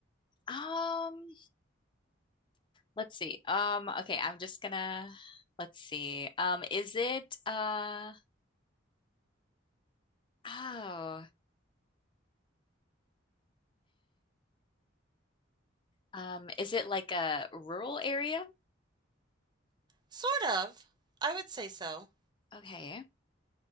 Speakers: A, on the left; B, on the right.
A: Um, let's see. Um, okay, I'm just gonna let's see. Um, is it uh oh, um, is it like a rural area?
B: Sort of. I would say so.
A: Okay.